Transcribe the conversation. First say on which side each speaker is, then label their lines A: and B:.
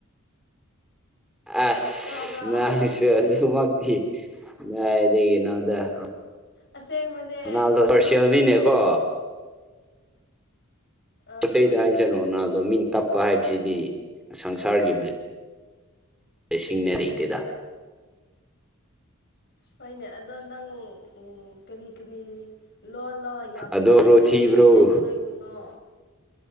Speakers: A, in the centre; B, on the left (about 50°).
A: ꯑꯁ
B: ꯇꯥꯕ꯭ꯔꯥ
A: ꯅꯪꯁꯨ ꯑꯗꯨꯃꯛꯇꯤ ꯥꯏ ꯀꯩꯅꯣꯗꯔꯣ
B: ꯑꯁꯦꯡꯕꯅꯦ
A: ꯃꯅꯥꯜꯗ ꯁꯔꯁꯤꯜꯅꯤꯅꯦꯀꯣ
B: ꯑꯥ
A: ꯄꯣꯠꯆ ꯆꯩꯗ ꯍꯥꯏꯕꯁꯤ ꯔꯣꯅꯥꯗꯣ ꯃꯤꯟ ꯇꯞꯄ ꯍꯥꯏꯕꯁꯤꯗꯤ ꯁꯪꯁꯥꯔꯒꯤ ꯕ꯭ꯂ ꯔꯦꯁꯤꯡꯅꯦ ꯂꯩꯇꯦꯗ
B: ꯍꯣꯏꯅꯦ ꯑꯗꯣ ꯅꯪ ꯎ ꯀꯔꯤ ꯀꯔꯤ ꯂꯣ ꯂꯣꯑꯣ ꯌꯥꯝ
A: ꯑꯗꯣ
B: ꯊꯦꯠꯂꯦ
A: ꯔꯣ ꯊꯤꯕ꯭ꯔꯣ
B: ꯑꯗꯣ ꯊꯦꯠꯀꯅꯣ ꯏꯕꯨꯡꯉꯣ